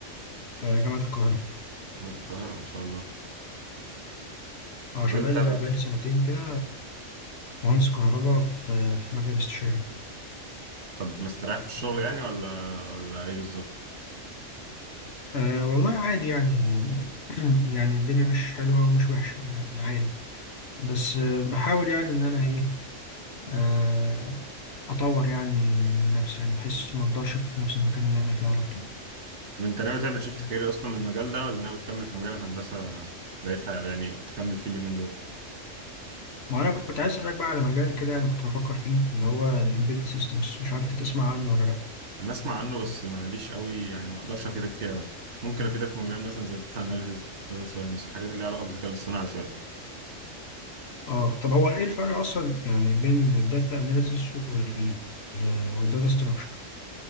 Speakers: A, on the left; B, on the right.
A: آه، جامعه القاهره
B: جامعة القاهرة ما شاء الله
A: اه
B: طب
A: شغال
B: انت
A: بقالي سنتين كده مهندس كهرباء في في مكتب استشاري
B: طب مستريح في الشغل يعني ولا ولا ايه بالظبط
A: أه والله عادي يعني <clears throat> يعني الدنيا مش حلوة ومش وحشة يعني عادي بس آه، بحاول يعني إن أنا إيه آه، أطور يعني من نفسي يعني بحيث ما أفضلش في نفس المكان اللي أنا فيه على طول
B: طب انت ناوي تعمل شيفت كارير اصلا من المجال ده ولا ناوي تكمل في مجال الهندسة بقيتها يعني تكمل فيه اليومين دول
A: ما أنا كنت عايز أسألك بقى على مجال كده أنا كنت بفكر فيه اللي هو ال Embedded Systems مش عارف أنت تسمع عنه ولا لأ
B: انا اسمع عنه بس ماليش قوي يعني ما اقدرش افيدك فيه قوي ممكن افيدك في مجال مثلا زي الداتا اناليسز داتا ساينس الحاجات اللي ليها علاقة بالذكاء الاصطناعي شوية
A: أه طب هو إيه الفرق أصلا يعني بين الداتا أناليسيس وال آه، والداتا Structure